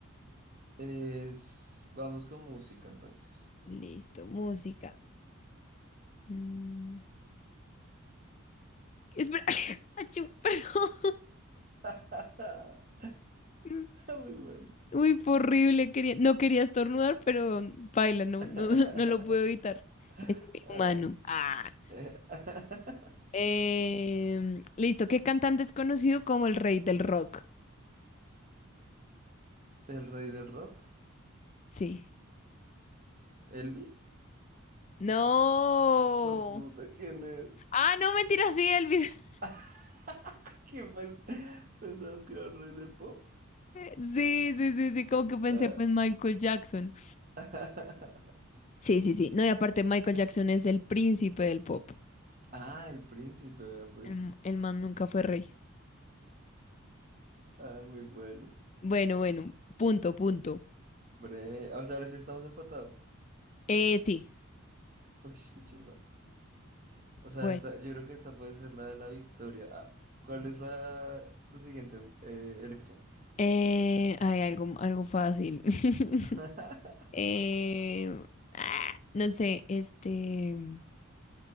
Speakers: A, on the right (about 40°); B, on the left (about 35°).
A: Es... Vamos con música entonces.
B: Listo, música. Mm, Espera. <laughs> Achú, perdón.
A: <laughs>
B: Mm.
A: Muy bueno.
B: Uy, fue horrible. Quería... No quería estornudar, pero mm, baila, no,
A: <laughs>
B: no, <laughs> no lo puedo evitar. Es muy
A: Ah,
B: humano. Ah.
A: eh, <laughs>
B: Em, listo, ¿qué cantante es conocido como el rey del rock?
A: El rey del rock,
B: Sí.
A: Elvis.
B: No.
A: Fue puta, ¿quién es?
B: Ah, no, mentira, sí, Elvis. <laughs>
A: <laughs> ¿Quién pens- pensabas que era el rey del pop?
B: Sí, sí, sí, sí, como que pensé
A: Ah,
B: pues Michael Jackson.
A: <laughs>
B: Sí, sí, sí. No, y aparte Michael Jackson es el príncipe del pop.
A: Ah, el príncipe, vea, pues.
B: El, m- el man nunca fue rey.
A: Ah, muy bueno.
B: Bueno, bueno, punto, punto.
A: Bre, o sea, ahora sí estamos empatados.
B: Eh, sí.
A: Uy, qué chimba. O sea,
B: Bueno,
A: esta, yo creo que esta puede ser la de la victoria. Ah, ¿cuál es la tu siguiente eh, elección?
B: eh, hay algo, algo fácil. <laughs>
A: <laughs>
B: Eh, ah, no sé, este,